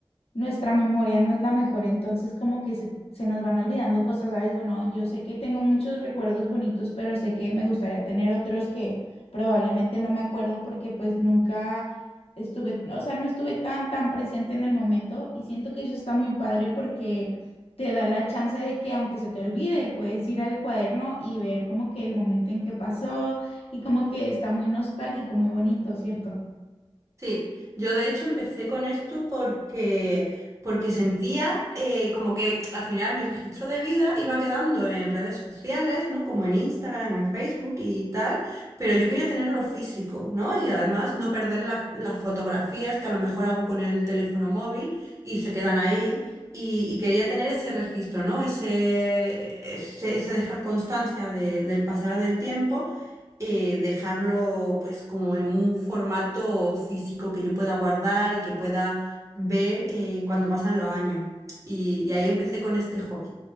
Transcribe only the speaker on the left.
nuestra memoria no es la mejor, entonces como que se, se nos van olvidando cosas, ¿sabes? Bueno, yo sé que tengo muchos recuerdos bonitos, pero sé que me gustaría tener otros que probablemente no me acuerdo porque pues nunca estuve, o sea, no estuve tan, tan presente en el momento y siento que eso está muy padre porque te da la chance de que aunque se te olvide, puedes ir al cuaderno y ver como que el momento en que pasó y como que está muy nostálgico, muy bonito, ¿cierto?